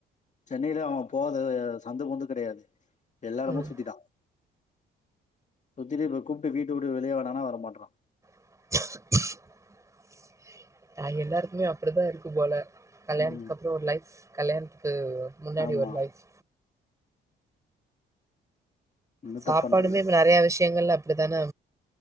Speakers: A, on the left; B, on the right.
A: சென்னையில அவ போது சந்த கொந்து கிடையாது எல்லா எடமு
B: ம்
A: சுத்திட்டா சுத்திரே பக்கும் ப வீட்டவுட்டு வெளியே வாடானா வர மாட்றா
B: <inaudible> ஆ எல்லாருக்குமே அப்பிடிதா இருக்கு போல கல்யாணத்துக்கு
A: ம்
B: அப்புறம் ஒரு லைஃப் கல்யாண கு முன்னாடி
A: ஆமா
B: ஒரு லைப்
A: என்னத்த
B: சாப்பாடுமே
A: பண்றது
B: இப்ப நிறைய விஷயங்கள அப்படித்தானே